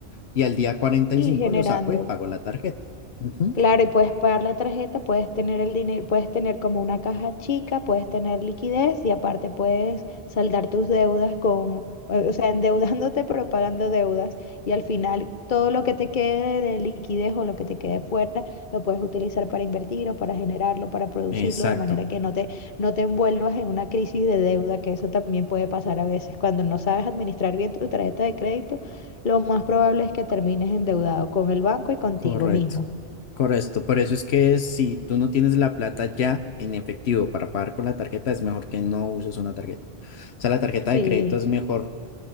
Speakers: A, on the left; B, on the left.
A: y al día 45
B: Y generando.
A: lo saco y pago la tarjeta. Ujú,
B: Claro, y puedes pagar la tarjeta, puedes tener el dinero, puedes tener como una caja chica, puedes tener liquidez y aparte puedes saldar tus deudas con, eh, o sea, <laughs> endeudándote pero pagando deudas y al final todo lo que te quede de liquidez o lo que te quede fuera lo puedes utilizar para invertir o para generarlo, para producirlo
A: Exacto.
B: de manera que no te, no te envuelvas en una crisis de deuda, que eso también puede pasar a veces. Cuando no sabes administrar bien tu tarjeta de crédito, lo más probable es que termines endeudado con el banco y contigo
A: Correcto,
B: mismo.
A: correcto. Por eso es que si tú no tienes la plata ya en efectivo para pagar con la tarjeta, es mejor que no uses una tarjeta. O sea, la tarjeta
B: Sí,
A: de crédito es mejor